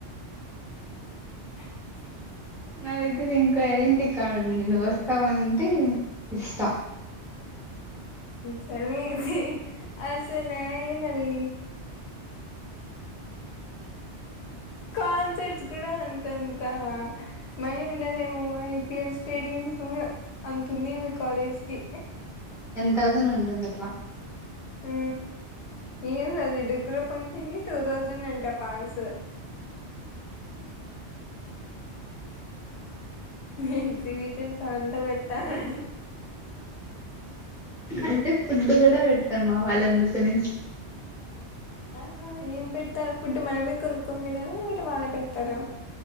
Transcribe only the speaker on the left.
టీవీ సౌండ్
సర్లే ఇయ్యి అసలైనది
కొన్ ర్స్ కూడా అంతంత మనీ ఉండదేమో ఐపిఎల్ స్టేడియమ్స్ కూడా అతుంది మీ కాలేజ్ కి
ఉ ఏందది డిగ్రీకి స్కూల్లో ఫంక్షన్ కి టూ థౌజండ్ అంట పాస్ ఎక్స్ప్రెషన్ సో అంతా పెట్టాలా
ఆ ఏం పెడతారు ఫుడ్ మనమే కొనుక్కుంది లేట వాళ్ళ పెడతార